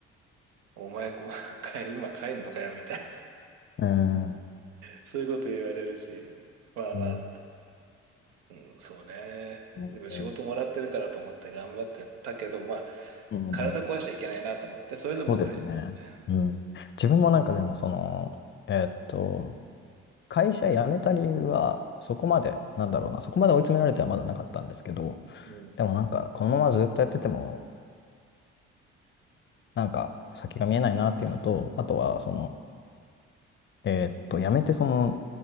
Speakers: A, on the right; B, on the left.
A: お前こう、<laughs> 今帰んのかよみたいな、
B: うん、
A: そういうこと言われるし、まあまあ
B: うん。
A: うん、そうね。
B: ね
A: でも仕事もらってるからと思って頑張ってたけど、まあ、
B: うんうん
A: 体壊しちゃいけないなと思って、それで僕はやめましたね。
B: そうですね。うん。自分もなんかでも、その、えーっと、会社辞めた理由は、そこまで、なんだろうな、そこまで追い詰められてはまだなかったんですけど、
A: うん。
B: でもなんか、このままずっとやってても、なんか、先が見えないなっていうのと、あとは、その、えーっと、辞めて、その、